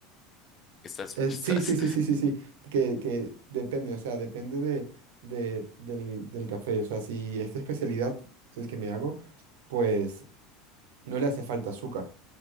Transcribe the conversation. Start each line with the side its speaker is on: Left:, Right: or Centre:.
Left: estás,
Right: Eh,
Left: <laughs>
Right: sí,
Left: estás
Right: sí, sí, sí, sí, sí, que, que depende, o sea, depende de, de- del, del café, o sea, si esta especialidad, el que me hago, pues no le hace falta azúcar,